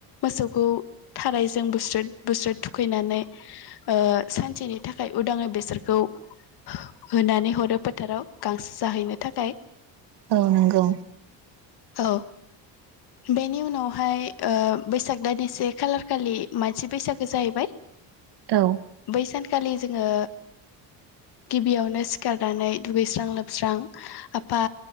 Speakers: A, on the left (about 60°); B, on the right (about 70°).
A: मोसौखौ थारायजों बुस्रोद बुस्रोद थुखैनानै ओ सानसेनि थाखाय उदाङै बेसोरखौ हो-हो-होनानै हरो फोथाराव गांसो जाहैनो थाखाय।
B: औ नोंगौ।
A: औ बेनि उनावहाय ओ बैसाग दाननि से खालार खालि मनसि बैसागो जाहैबाय
B: औ
A: बै सानखालि जोङो गिबियावनो सिखारनानै दुगैस्रां लोबस्रां आफा